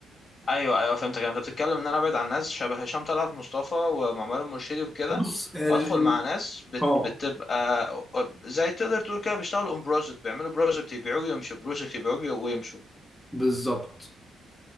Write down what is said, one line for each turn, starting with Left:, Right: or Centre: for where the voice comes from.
Left: ايوه ايوه فهمتك يعني انت بتتكلم ان انا ابعد عن ناس شبه هشام طلعت مصطفى ومعمر المرشدي وكده
Centre: بص ال
Left: وادخل
Centre: ال
Left: مع ناس بت
Centre: اه
Left: بتبقى زي تقدر تقول كده بيشتغلوا اون بروجكت بيعملوا بروجكت يبيعوه ويمشوا بروجكت يبيعوه ويمشوا
Centre: بالظبط